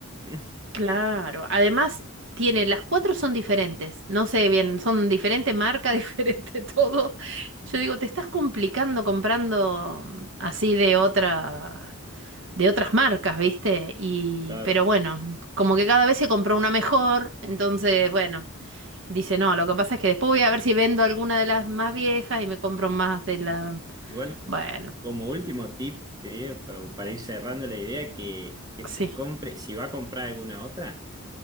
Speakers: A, on the right; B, on the right.
A: <laughs>
B: claro, además tiene, las cuatro son diferentes. No sé bien, son diferente marca, <laughs> diferente todo. Yo digo, te estás complicando comprando mm, así de otra de otras marcas, ¿viste? Y,
A: Claro.
B: pero bueno, como que cada vez se compró una mejor, entonces, bueno, dice, no, lo que pasa es que después voy a ver si vendo alguna de las más viejas y me compro más de la...
A: Igual,
B: Bueno,
A: como último tip, te digo, pa- para ir cerrando la idea, que, que se
B: sí,
A: compre, si va a comprar alguna otra.